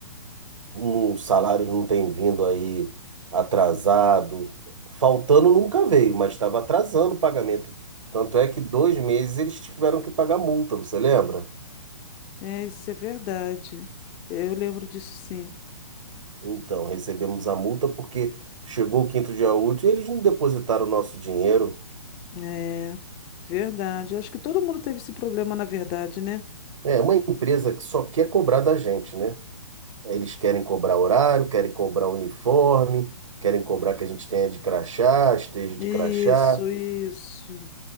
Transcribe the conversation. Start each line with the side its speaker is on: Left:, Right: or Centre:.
Right: Um salário não tem vindo aí atrasado. Faltando nunca veio, mas estava atrasando o pagamento. Tanto é que dois meses eles tiveram que pagar multa, você lembra?
Left: É, isso é verdade. É, Eu lembro disso sim.
Right: Então, recebemos a multa porque chegou o quinto dia útil e eles não depositaram o nosso dinheiro.
Left: É, verdade. Eu acho que todo mundo teve esse problema, na verdade, né?
Right: É uma empresa que só quer cobrar da gente, né? Eles querem cobrar horário, querem cobrar uniforme, querem cobrar que a gente tenha de crachá, esteja de
Left: Isso,
Right: crachá.
Left: isso.